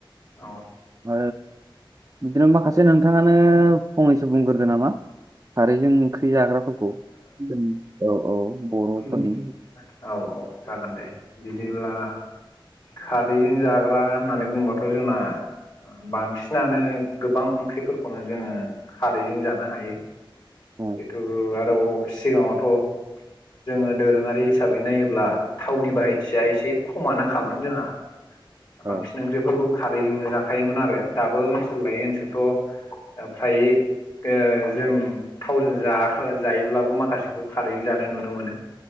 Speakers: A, on the left; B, on the right.
A: औ
B: ओ बिदिनो माखासे नोंथाङानो फंनैसो बुंगोरदो नामा? खारैजों ओंख्रि जाग्राफोरखौ ओम औ औ बर'फोरनि
A: ओम औ औ जागोन दे बिदिब्ला खादैजों जाग्रा होननानै बुंबाथ' जोंना बांसिनानो गोबां ओंख्रिफोरखौनो जोङो खारैजों जानो हायो
B: औ
A: जिथु आरोबाव सिगाङावथ' जोङो दोरोङारि हिसाबै नायोब्ला थावनि बाहायथिया एसे खमानो खामोन जोंहा बांसिन
B: औ
A: ओंख्रिफोरखौ खारैजोंनो जाखायोमोन आरो दाबो ओनसोल लायै ओनसोलथ' ओ फ्राय ओ जों थावजों जाखा जायोब्लाबो माखासेखौ खारैजों जानाय नुनो मोनो